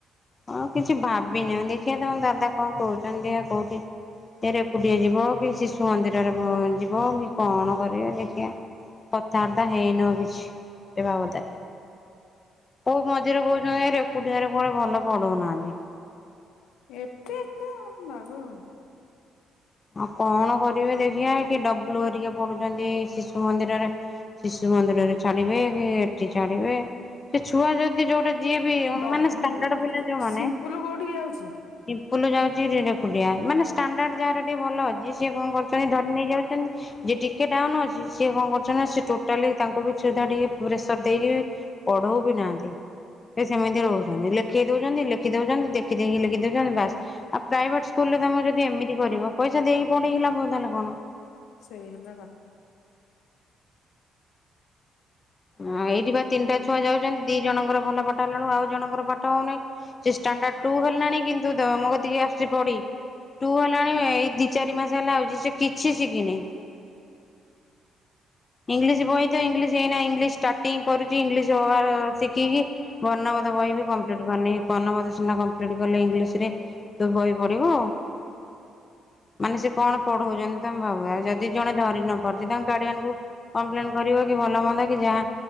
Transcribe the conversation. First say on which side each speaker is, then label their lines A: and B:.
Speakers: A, on the left; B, on the left.
A: ହଁ କିଛି ଭାବିନି ଦେଖିବା ତମ ଦାଦା କଣ କହୁଛନ୍ତି ଆ କୋଉଠି ଏରେକୁଟିଏ ଯିବ କି ଶିଶୁ ମନ୍ଦିରରେ ଯିବ କି କଣ କରିବ ଦେଖିବା ପଥରଦ ହେନ ବିଭଧ କୋଉ ମଝିରେ କହୁଛନ୍ତିଟିରେ ପଢ ଭଲ ପଢଉନାହାନ୍ତି
B: ଏତେ ଏତେ ଲାଗ
A: ଆଉ କଣ କରିବେ ଦେଖିବା କି ଡବଲୁ ହରିକା ପଡୁଛନ୍ତି ଶିଶୁ ମନ୍ଦିରରେ ଶିଶୁ ମନ୍ଦିରରେ ଛାଡିବେ କି ଏଠି ଛାଡିବେ ସେ ଛୁଆ ଯଦି ଯୋଉଟା ଯିଏ ବି
B: ଡବ୍ଲୁ
A: ମାନେ ମନେ
B: ସିମ୍ପୁଲ କୋଉଠିକି ଯାଉଛି
A: ପିମ୍ପୁଲ ଯାଉଛି ଫୁ ମାନେ ାଣ୍ଡ ଯାହାର ଟିକେ ଭଲ ଅଛି ସିଏ କଣ କରୁଛନ୍ତି ଧରି ନେଇ ଯାଉଛନ୍ତି ଯିଏ ଟିକେ ଡାଉନ ଅଛି ସିଏ କଣ କରୁଛନ୍ତି ସେ ଟୋଟାଲି ତାଙ୍କୁ ବି ସୁଧା ଟିକେ ପ୍ରେସର ଦେଇକି ପଢଉ ବି ନାହାନ୍ତି ସେ ସେମିତି ରହୁଛନ୍ତି ଲେଖେଇ ଦଉଛନ୍ତି ଲେଖି ଦଉଛନ୍ତି ଦେଖିଦକି ଲେଖି ଦଉଛନ୍ତି ବାସ୍ ଆଉ ପ୍ରାଇଭେଟ ସ୍କୁଲ ରେ ତମକୁ ଯଦି ଏମିତି କରିବ ପଇସା ଦେଇକି ପଢେଇକି ଲାଗବ ତାହେଲେ କଣ
B: ସେଇ ହେଲା କଥା
A: ହଁ ଏଇଠି ବା ତିନିଟା ଛୁଆ ଯାଉଛନ୍ତି ଦି ଜଣଙ୍କର ଭଲ ପାଠ ହେଲାଣିୁ ଆଉ ଜଣଙ୍କର ପାଠ ହଉନି ସେ ାଣ୍ଡ ଟୁ ହେଲାଣି କିନ୍ତୁ ମୁଁ କତିକି ଆସୁଛି ପଢି ତୁ ହେଲାଣି ଏଇ ଦି ଚାରି ମାସ ହେଲା ହଉଛି ସେ କିଛି ଶିଖିିନହିଁ ଇଂଲିଶ ବହି ତ ଇଂଲିଶ ହେଇନା ଇଂଲିଶ ଷ୍ଟାର୍ଟିଂ କରୁଛି ଇଂଲିଶ ଶିଖିକି ବର୍ଣ୍ଣବଦ ବହି ବି କମ୍ପ୍ଲିଟ୍ କରିନି ବ୍ଣ୍ଣବଧ ସିହନା କମ୍ପ୍ଲିଟ କଲେ ଇଂଲିଶ ରେ ତୁ ବହି ପଡିବ ମାନେ ସେ କଣ ପଢଉଛନ୍ତି ତମେ ଭାବୁ ଯଦି ଜଣେ ଧରି ନ ପାରୁଛନ୍ତି ତାଙ୍କ କାଡିଆାନ କଙ୍କୁ କମ୍ପ୍ଲେନ କରିବ କି ଭଲ ମନ୍ଦା କି ଯାହା